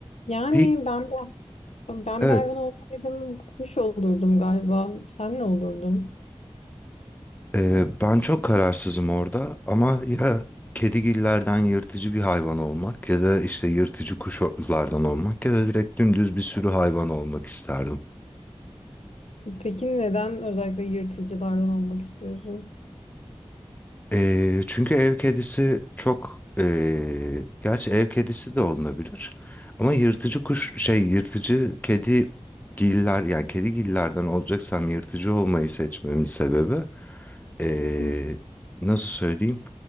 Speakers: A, on the left; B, on the left.
A: Yani
B: Bir,
A: ben bir, ben
B: evet,
A: bir hayvan olsaydım kuş olurdum galiba. Sen ne olurdun?
B: e, ben çok kararsızım orada ama ya kedigillerden yırtıcı bir hayvan olmak ya da işte yırtıcı kuşlardan olmak ya da direkt dümdüz bir sürü hayvan olmak isterdim.
A: Peki neden özellikle yırtıcılardan olmak istiyorsun?
B: E, çünkü ev kedisi çok, e, gerçi ev kedisi de olunabilir ama yırtıcı kuş şey yırtıcı kedigiller yani kedigillerden olacaksam yırtıcı olmayı seçmemin sebebi. eee,
A: Hı hı.
B: nasıl söyleyeyim?